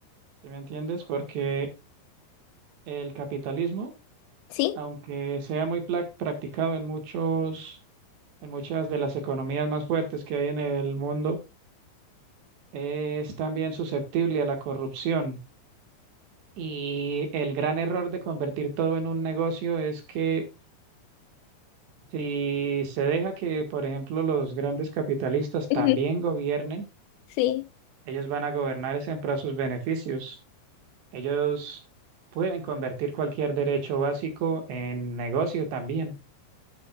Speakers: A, on the right; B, on the left.
A: ¿sí me entiendes? Porque el capitalismo,
B: sí,
A: aunque sea muy pla- practicado en muchos, en muchas de las economías más fuertes que hay en el mundo, es también susceptible a la corrupción. Y el gran error de convertir todo en un negocio es que si se deja que, por ejemplo, los grandes capitalistas
B: ujú,
A: también gobiernen,
B: sí,
A: ellos van a gobernar es en pro de sus beneficios. Ellos pueden convertir cualquier derecho básico en negocio también.